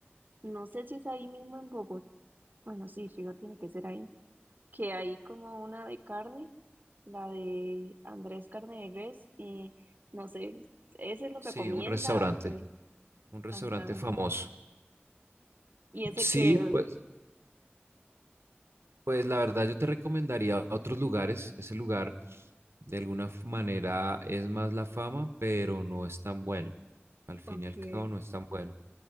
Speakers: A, on the right; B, on the right.
A: no sé si es ahí mismo en Bogotá, bueno, sí, fijo, tiene que ser ahí que hay como una de carne, la de Andrés Carne de Res, y no sé, ¿ese lo
B: Sí,
A: recomienda
B: un restaurante,
A: o qué?
B: un restaurante
A: Ajá.
B: famoso.
A: Y ese
B: Sí,
A: que,
B: pues. Pues la verdad yo te recomendaría otros lugares. Ese lugar de alguna f- manera es más la fama, pero no es tan bueno. Al fin
A: o que,
B: y al cabo no es tan bueno.